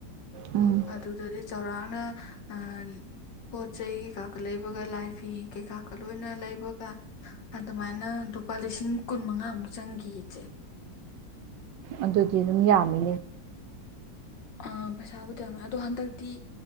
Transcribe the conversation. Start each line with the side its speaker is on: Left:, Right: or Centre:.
Right: ꯎꯝ
Left: ꯑꯗꯨꯗꯗꯤ ꯆꯥꯎꯔꯥꯛꯅ ꯑ ꯄꯣꯠ ꯆꯩꯩ ꯀꯩꯀꯥꯀ ꯂꯩꯕꯒ ꯂꯥꯏ ꯐꯤ ꯀꯩꯀꯥꯀ ꯂꯣꯏꯅ ꯂꯩꯕꯒ ꯑꯗꯨꯃꯥꯏꯅ ꯂꯨꯄꯥ ꯂꯤꯁꯤꯡ ꯀꯨꯟ ꯃꯉꯥꯃꯨꯛ ꯆꯪꯒꯤ ꯏꯆꯦ꯫
Right: ꯑꯗꯨꯗꯤ ꯑꯗꯨꯝ ꯌꯥꯝꯃꯤꯅꯦ꯫
Left: ꯑꯥ ꯄꯩꯁꯥꯕꯨꯗꯤ ꯌꯥꯃꯦ ꯑꯗꯣ ꯍꯟꯗꯛꯇꯤ